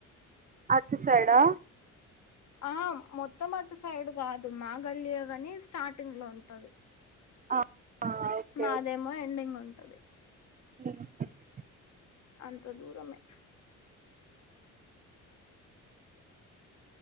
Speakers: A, on the right; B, on the left.
A: అట్ సైడా
B: ఆ మొత్త మటు సైడ్ కాదు మా గల్లి ఏ గని స్టార్టింగ్ లో ఉంటది
A: ఆ ఆ ఓకే
B: మాదేమో
A: ఓకే
B: ఎండింగ్ ఉంటది
A: <inaudible>
B: అంత దూరమే